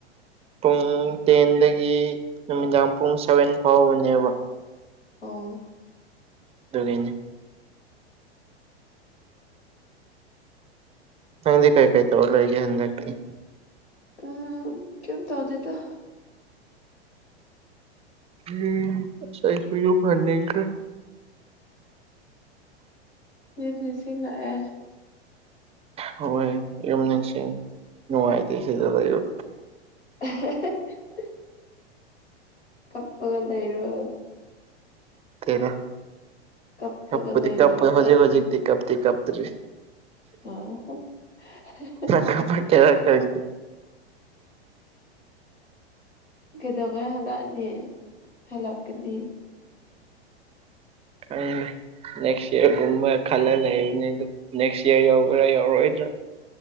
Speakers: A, on the right; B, on the left.
A: ꯄꯨꯡ ꯇꯦꯟꯗꯒꯤ ꯅꯨꯃꯤꯗꯥꯡ ꯄꯨꯡ ꯁꯚꯦꯟ ꯐꯥꯎꯕꯅꯦꯕ
B: ꯑꯣ
A: ꯑꯗꯨꯒꯤꯅꯤ ꯅꯪꯗꯤ ꯀꯩ ꯀꯩ ꯇꯧꯔ ꯂꯩꯒ‌ꯦ ꯍꯟꯗꯛꯇꯤ
B: ꯑ ꯀꯩꯝ ꯇꯧꯗꯦꯗ
A: ꯎꯝ ꯑꯁ ꯑꯩꯁꯨ ꯌꯝ ꯍꯟꯅꯤꯡꯈ꯭ꯔ‌ꯦ
B: ꯌꯨꯝ ꯅꯤꯡꯁꯤꯡ ꯂꯛꯑꯦ
A: ꯍꯣꯏ ꯌꯨꯝ ꯅꯤꯡꯁꯤꯡ ꯅꯨꯡꯉꯥꯏꯇꯦ ꯁꯤꯗ ꯂꯩꯕ
B: <unintelligible> ꯀꯞꯄꯒ ꯂꯩꯔꯣ
A: ꯇ‌ꯦꯗ
B: ꯀꯞꯄꯒ
A: ꯀꯞꯄꯗꯤ
B: ꯂꯩꯕꯤꯔꯕ
A: ꯀꯞꯄ‌ꯣꯏ ꯍꯧꯖꯤꯛ ꯍꯧꯖꯤꯛꯗꯤ ꯀꯞꯇꯤ ꯀꯥꯞꯇꯔꯤ
B: ꯑꯣ <unintelligible>
A: ꯀꯃꯥꯏꯟ ꯀꯩꯔꯥꯛ ꯈꯪꯗ‌ꯦ
B: ꯀꯩꯗꯧꯉꯩ ꯍꯜꯂꯛꯅꯤ ꯍꯜꯂꯛꯀꯅꯤ
A: ꯈꯪꯗ‌ꯦ ꯅꯦꯛꯁ ꯏꯌꯥꯔꯒꯨꯝꯕ ꯈꯜꯂ ꯂꯩꯕꯅꯤ ꯑꯗꯨ ꯅꯦꯛꯁ ꯏꯌꯥꯔ ꯌꯎꯕ꯭ꯔꯥ ꯌꯥꯎꯔꯣꯏꯗ꯭ꯔꯥ